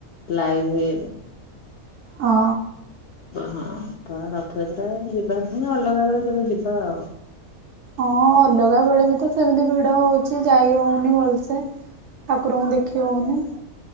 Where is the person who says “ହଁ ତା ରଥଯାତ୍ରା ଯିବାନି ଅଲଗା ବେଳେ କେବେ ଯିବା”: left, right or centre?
Left